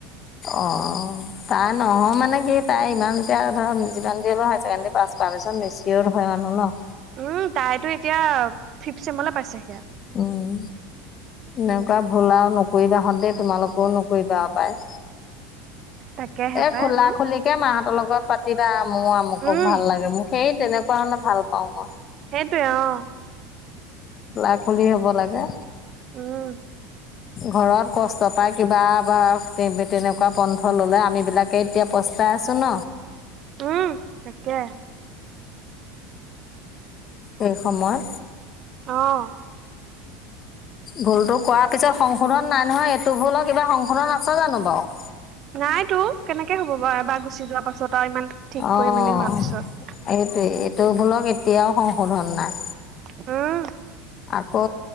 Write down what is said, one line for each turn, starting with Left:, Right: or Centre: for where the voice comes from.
Left: অ, তাই নহয় মানে কি তাই ইমান এতিয়া ধৰ যিমান দে হ'লেও হায়াৰ ছেকেণ্ডৰী পাছ কৰা পিছত মেছিয়ৰ হয় মানুহ ন।
Right: উম তাইতো এতিয়া ফিফ্ট চেমলে পাইছে সেয়া।
Left: উম, এনেকুৱা
Right: উম
Left: ভুল আৰু নকৰিবা হঁত দেই তোমালোকেও নকৰিবা পায়।
Right: তাকেহে
Left: এ,
Right: পাই
Left: খোলা
Right: এইবোৰ
Left: খুলিিকে মাহঁতৰ লগত লগত পাতিবা মোৰ আমুকক
Right: উম
Left: ভাল লাগে মোক সেই তেনেকুৱা হৰণে ভাল পাও মই।
Right: সেইটোৱে অ',
Left: খোলা খুলি হব লাগে
Right: উম।
Left: ঘৰত কষ্ট পাই কিবা বা তেনেকুৱা পন্থ ল'লে আমিবিলাকে এতিয়া প্ৰস্তাই আছোঁ। ন
Right: উম, তাকে।
Left: সেই সময়।
Right: আহ,
Left: ভুলতো কৰাৰ পিছত সংশোধন নাই নহয় এইটো ভুল হ কিবা সংশোধন আছে জানো বাৰু?
Right: নাইতো কেনেকে হ'ব বাৰু এবাৰ গুচি যোৱা পাছত আৰু ইমান ঠিক
Left: অঁ
Right: কৰি মেলি হোৱাৰ পিছত।
Left: এইটোৱে এইটো বুলক এতিয়াও সংশোধন নাই।
Right: হম,
Left: আকৌ